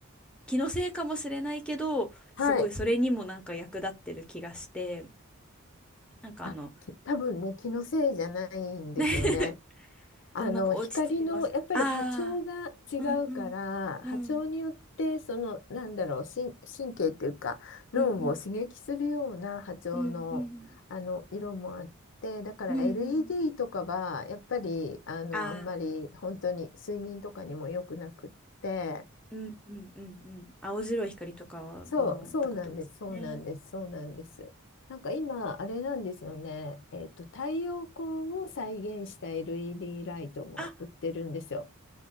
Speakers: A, in the centre; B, on the left.
A: 気のせいかもしれないけど、すごいそれにもなんか役立ってる気がして、
B: はい。
A: なんかあの、
B: あ、き多分ね、気のせいじゃないんですよね。
A: ね <laughs>
B: あの光のやっぱり波長が違うから波長によってそのなんだろう神、
A: そう、なんか落ちてきます。ああ、うんうんうん
B: 神経というか脳を刺激するような波長の、
A: うんうんうん
B: あの色もあってだから
A: うんうんうん
B: LED とかはやっぱりあのあんまり本当に睡眠とかにも良くなくって
A: ああうんうんうんうん。青白い光とかはもうってことですね。
B: そう、そうなんですそうなんですそうなんです。なんか今あれなんですよね、えっと、太陽光を再現した LED ライトも売ってるんですよ。
A: あ、